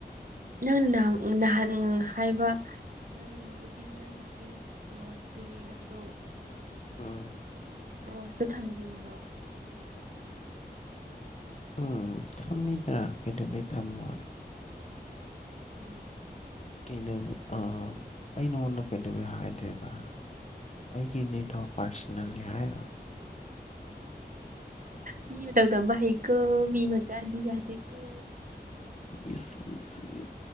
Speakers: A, on the right; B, on the left.
A: ꯅꯪꯅ ꯅꯍ ꯍꯥꯏꯕ ꯅꯪ ꯅꯨꯄꯤ ꯅ ꯅꯨꯄꯤꯅ ꯔꯣꯁ ꯄꯤꯔꯛꯑꯦ ꯍꯥꯏꯕꯗꯣ
B: ꯎꯝ
A: ꯔꯣꯁꯇ ꯊꯝꯖꯤꯟꯕ꯭ꯔꯣ
B: ꯎꯝ ꯊꯝꯃꯦꯗ꯭ꯔ ꯀꯦꯗꯕꯨ ꯊꯝꯃ
A: ꯎꯝ
B: ꯀꯩꯗ ꯑꯥ ꯑꯩ ꯅꯉꯣꯟꯗ ꯀꯩꯗꯧꯋꯤ ꯍꯥꯏꯗꯣꯏꯕ ꯑꯩꯒꯤꯅꯤꯗꯣ ꯄꯥꯔꯁꯣꯅꯦꯜꯂꯤ ꯍꯥꯏꯔꯣꯏ
A: ꯃꯤ ꯃ ꯇ ꯑꯣꯗꯕ ꯍ ꯀ ꯃꯤ ꯃꯆꯥ ꯂꯤ ꯌꯥꯗ ꯀ
B: ꯏꯁꯤ ꯏ